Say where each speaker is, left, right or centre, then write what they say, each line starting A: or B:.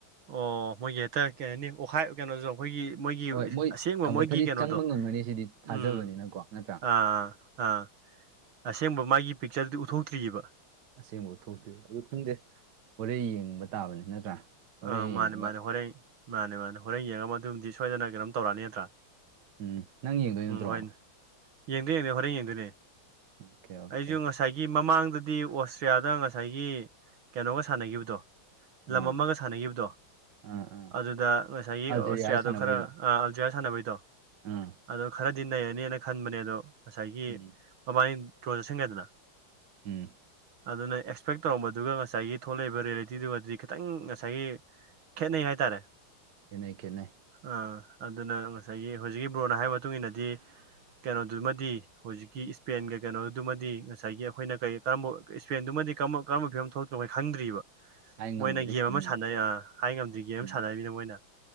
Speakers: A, on the right; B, on the right.
A: ꯑꯣ ꯃꯣꯏꯒꯤ ꯍꯦꯛꯇ ꯀꯩꯅ ꯍꯥꯏꯅꯤ ꯑꯣꯈꯥꯏ ꯀꯩꯅꯣꯁꯨꯣ ꯑꯩꯈꯣꯏꯒꯤ ꯃꯣꯏꯒꯤ
B: ꯍꯣꯏ ꯃꯣꯏ
A: ꯑꯁꯦꯡꯕ
B: ꯀꯝꯄꯜꯁꯔꯤ
A: ꯃꯣꯏꯒꯤ ꯀꯩꯅꯣꯗꯣ
B: ꯆꯪꯕ ꯉꯝꯒꯅꯤ ꯁꯤꯗꯤ ꯊꯥꯖꯕꯅꯤꯅꯀꯣ
A: ꯎꯝ ꯎꯝ
B: ꯅꯠꯇ꯭ꯔꯥ
A: ꯑꯥꯥ ꯑꯥ ꯑꯁꯦꯡꯕ ꯃꯥꯒꯤ ꯄꯤꯛꯆꯔꯗꯨꯗꯤ ꯎꯠꯊꯣꯛꯇ꯭ꯑꯔꯤꯕ
B: ꯑꯁꯦꯡꯕ ꯎ ꯊꯣꯛꯇꯣꯏꯕ ꯑꯗꯨ ꯈꯪꯗꯦ ꯍꯣꯔꯦꯟ ꯌꯦꯡꯕ ꯇꯥꯕꯅꯤ ꯅꯠꯇ꯭ꯔꯥ ꯍꯣꯔꯦꯟ
A: ꯑꯥ ꯃꯥꯅꯦ
B: ꯌꯦꯡꯉꯒ
A: ꯃꯥꯅꯦ ꯍꯣꯔꯦꯟ ꯃꯥꯅꯦ ꯃꯥꯅꯦ ꯍꯣꯔꯦꯟ ꯌꯦꯡꯉꯒ ꯑꯗꯨꯝꯗꯤ ꯁꯣꯏꯗꯅ ꯀꯩꯅꯣꯝ ꯇꯧꯔꯛꯑꯅꯤ ꯅꯠꯇ꯭ꯔꯥ
B: ꯎꯝ ꯅꯪ ꯌꯦꯡꯗꯣꯏ ꯅꯠꯇ꯭ꯔꯣ
A: ꯎꯝ ꯍꯣꯏꯅꯦ ꯌꯦꯡꯗꯣꯏ ꯌꯦꯡꯗꯣꯏ ꯍꯣꯔꯦꯟ ꯌꯦꯡꯗꯣꯏꯅꯦ
B: ꯑꯣꯀꯦ ꯑꯣꯀꯦ
A: ꯑꯩꯁꯨ ꯉꯁꯥꯏꯒꯤ ꯃꯃꯥꯡ ꯗꯗꯤ ꯑꯣꯁꯇ꯭ꯔꯤꯌꯥꯗ ꯉꯁꯥꯏꯒꯤ ꯀꯩꯅꯣꯒ ꯁꯥꯟꯅꯈꯤꯕꯗꯣ ꯂꯝ
B: ꯑꯥ
A: ꯑꯃꯒ ꯁꯥꯟꯅꯈꯤꯕꯗꯣ ꯗꯣ
B: ꯑꯥ ꯑꯥ
A: ꯑꯗꯨꯗ ꯉꯁꯥꯏꯒꯤ
B: ꯑꯜꯖꯦꯔꯤꯌꯥꯒ
A: ꯑꯣꯁꯇ꯭ꯔꯤꯌꯥꯗꯣ
B: ꯁꯥꯟꯅꯕꯩꯗꯣ
A: ꯈꯔ ꯑꯜꯗꯤꯔꯤꯌꯥ ꯁꯥꯟꯅꯕꯩꯗꯣ
B: ꯑꯥ
A: ꯑꯗꯣ ꯈꯔꯗꯤ ꯅꯩꯔꯅꯦꯅ ꯈꯟꯕꯅꯦ ꯑꯗꯣ ꯉꯁꯥꯏꯒꯤ
B: ꯎꯝ
A: ꯃꯃꯥꯡꯅꯤ ꯆꯣꯗꯁꯤꯡ ꯑꯦꯗꯅ
B: ꯎꯝ
A: ꯑꯗꯨꯅ ꯑꯦꯛꯁꯄꯦꯛ ꯇꯧꯔꯝꯕꯗꯨꯒ ꯉꯁꯥꯏꯒꯤ ꯊꯣꯛꯂꯛꯏꯕ ꯔꯤꯌꯦꯂꯤꯇꯤꯗꯨꯒꯗꯤ ꯈꯤꯇꯪ ꯉꯁꯥꯏꯒꯤ ꯈꯦꯠꯅꯩ ꯍꯥꯏꯇꯥꯔꯦ
B: ꯏꯅꯦ ꯀꯅꯦ
A: ꯑꯥ ꯑꯗꯨꯅ ꯉꯁꯥꯏꯒꯤ ꯍꯧꯖꯤꯛꯀꯤ ꯕ꯭ꯔꯣꯟꯅ ꯍꯥꯏꯕ ꯃꯇꯨꯡ ꯏꯟꯅꯗꯤ ꯀꯩꯅꯣꯗꯨꯃꯗꯤ ꯍꯧꯖꯤꯛꯀꯤ ꯏꯁꯄꯦꯟꯒ ꯀꯩꯅꯣꯗꯨꯃꯗꯤ ꯉꯁꯥꯏꯒꯤ ꯑꯩꯈꯣꯏꯅ ꯀꯔꯤ ꯀꯔꯝꯕ ꯏꯁꯄꯦꯟꯗꯨꯃ ꯀꯔꯝꯕ ꯐꯤꯕꯝ ꯊꯣꯛꯇꯅꯣ ꯑꯩꯈꯣꯏ ꯈꯪꯗ꯭ꯔꯤꯕ
B: ꯍꯥꯏ ꯉꯝꯗ꯭ꯔꯤ
A: ꯃꯣꯏꯅ ꯒꯦꯝ ꯑꯃ
B: ꯎꯝ
A: ꯁꯥꯟꯅꯩ ꯍꯥꯏ ꯉꯝꯗ꯭ꯔꯤꯒꯦ ꯑꯃ
B: ꯎꯝ
A: ꯁꯥꯟꯅꯅꯤꯅ ꯃꯣꯏꯅ